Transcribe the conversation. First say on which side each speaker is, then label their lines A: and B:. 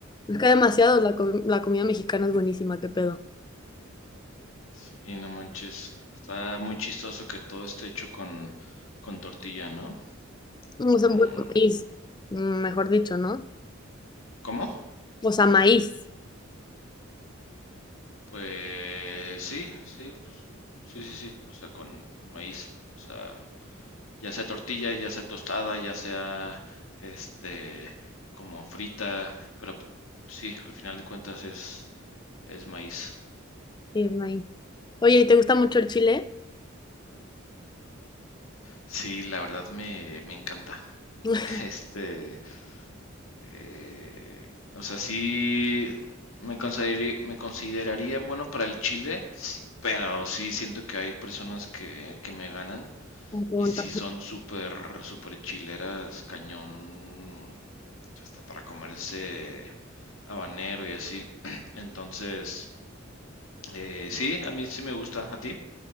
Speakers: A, on the left; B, on the left.
A: es que demasiado. La, comi- la comida mexicana es buenísima, qué pedo.
B: Sí, no manches, está muy chistoso que todo esté hecho con, con tortilla, ¿no?
A: Mm,
B: Mm,
A: O sea, bueno, maíz, mm, mejor dicho, ¿no?
B: ¿Cómo?
A: O sea, maíz.
B: Pues sí, sí, pues, sí, sí, sí, o sea, con, con maíz, o sea, ya sea tortilla, ya sea tostada, ya sea, este, como frita, pero pues, sí, al final de cuentas es, es maíz.
A: Sí, es maíz. Oye, ¿y te gusta mucho el chile?
B: Sí, la verdad me, me encanta.
A: <laughs>
B: <laughs> Este, Eh, o sea, sí me consideraría, me consideraría bueno para el Chile, pero sí siento que hay personas que, que me ganan
A: Me pregunta.
B: y sí son súper, súper chileras, cañón, hasta para comerse habanero y así. <clears throat> Entonces, eh, sí, a mí sí me gusta. ¿A ti?